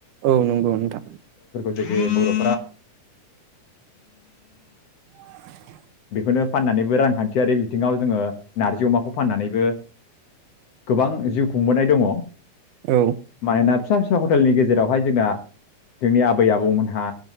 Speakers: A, on the right; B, on the left.
A: औ नंगौ नोंथां।
B: <unintelligible> बर'फ्रा
A: <inaudible>
B: बेखौनो फाननानैबो रांखान्थियारि बिथिङाव जोङो नारजि अमाखौ फाननानैबो गोबां जिउ खुंबोनाय दङ।
A: औ
B: माइना फिसा फिसा हटेलनि गेजेराव बेवहाय जोंना जोंनि आबै आबौमोनहा